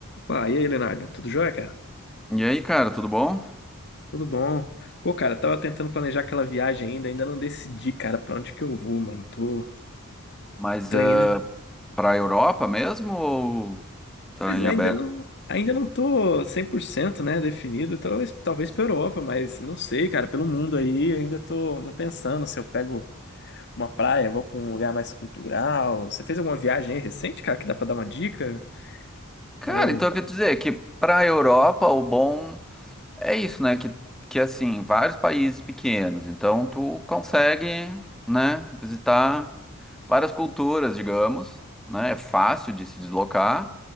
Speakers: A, on the left; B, in the centre.
A: Pá, e aí, Leonardo? Tudo jóia, cara?
B: E aí, cara, tudo bom?
A: Tudo bom? Pô, cara, tava tentando planejar aquela viagem ainda, ainda não decidi, cara, pra onde que eu vou, mano. Tô,
B: Mas
A: tô
B: eh,
A: ainda.
B: pra Europa mesmo ou tá
A: Pois
B: em
A: é,
B: aberto?
A: ainda não, ainda não tô 100%, né, definido. Talvez, talvez pra Europa, mas não sei, cara, pelo mundo aí, ainda tô, tô pensando se eu pego uma praia, vou pra um lugar mais cultural. Você fez alguma viagem aí recente, cara, que dá pra dar uma dica?
B: Cara,
A: Dá um.
B: então eu quero dizer que para a Europa o bom é isso, né? Que, que assim, vários países pequenos, então tu consegue, né, visitar várias culturas, digamos, né? É fácil de se deslocar.